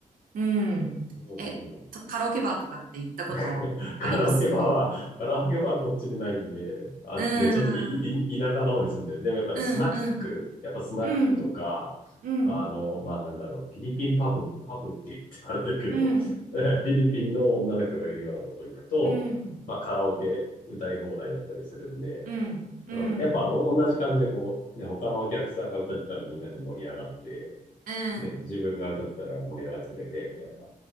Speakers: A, on the right (about 80°); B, on the left (about 70°).
A: うん。
B: そうなんだ。
A: え、とカラオケバーとかって行ったことあります
B: <laughs> カラオケバーは、カラオケバーはこっちにないんで、あ、
A: うーん。
B: ね、ちょっとい、い、い田舎の方に住んでる。でもやっぱりスナック、
A: うん、うん、
B: やっぱスナックとか、
A: うん、うん、
B: あの、まあなんだろう、フィリピンパブ、パブって言ってあれだけど、
A: うん、
B: <laughs> えフィリピンの女の人がいるようなとこ行くと、
A: うん、
B: まあカラオケ歌い放題だったりするんで、
A: うん、うん、
B: うん、やっぱお同じ感じでこう、ね、他のお客さんが歌ってたらみんなで盛り上がって、
A: うん。
B: ね、自分が歌ってたら盛り上がってくれて、みたいな。